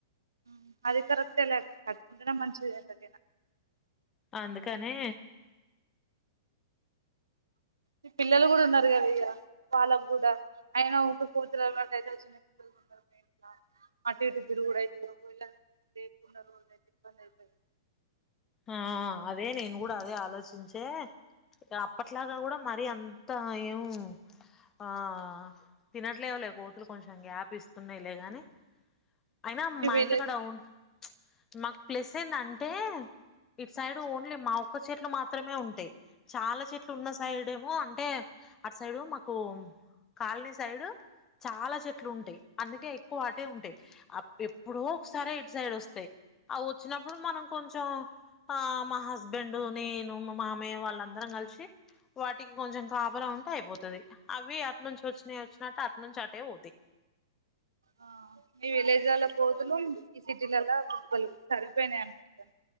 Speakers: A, on the right; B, on the left.
A: ఊ అది కరెక్టేలే కట్టుకుండటం మంచిది ఎంతకెనా
B: అందుకనే
A: ఈ పిల్లలు కూడా ఉన్నారు కదా ఇగ వాళ్ళకు కూడా అయిన ఒక కూతురు అలవాటు అయితుది. చిన్న పిల్లలు ఉన్నారు ఇట్లా అటు ఇటు తిరుగుడు అయితుంది ఒకవేళ లేేకున్న అయితే ఇబ్బంది అవుతుంది.
B: ఆ ఆ ఆ అదే నేను కూడా అదే ఆలోచించే అప్పట్లాగా కూడా మరి అంత ఏం ఉమ్ ఆ తినట్లేవలే కోతులు కొంచెం గ్యాప్ ఇస్తున్నాయిలే గాని అయినా అమ్
A: మీ
B: మా
A: విలేజ్
B: ఇంటికాడ వున్ చ్ మాకు ప్లేస్ ఏందంటే ఇటు సైడు ఓన్లీ మా ఒక్క చెట్లు మాత్రమే ఉంటాయి. చాలా చెట్లు ఉన్న సైడేమో అంటే అటు సైడు మాకు కాలనీ సైడు చాలా చెట్లు ఉంటాయి. అందుకే ఎక్కువ అటే ఉంటాయి ఎప్పుడో ఒకసారె ఇటు సైడ్ వస్తాయి. ఆ వచ్చినప్పుడు మనం కొంచెం ఆ మా హస్బెండు, నేను, మా మామయ్య వాళ్ళందరం కలిసి వాటికి కొంచెం కాపుల ఉంటే అయిపోతది. అవి అటు నుంచి వచ్చినయి వచ్చినట్టు అటు నుంచి అటే పోతాయ్.
A: ఆ మీ విలేజ్లల్ల పోతులు ఈ సిటీలలా పక్కలు సరిపోయినాయి అనిపిస్తాంది.